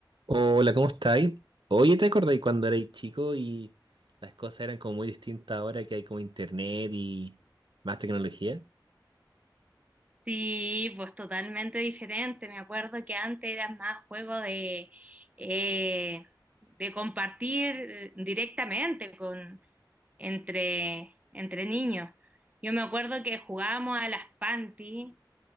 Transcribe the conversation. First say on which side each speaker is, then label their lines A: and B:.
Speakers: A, on the right; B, on the right.
A: Hola, ¿cómo estáis? Oye, ¿te acordáis cuando erais chico y las cosas eran como muy distintas ahora que hay como internet y más tecnología?
B: Sí, pues totalmente diferente. Me acuerdo que antes era más juego de, eh, de compartir eh, directamente con, entre, entre niños. Yo me acuerdo que jugábamos a las panties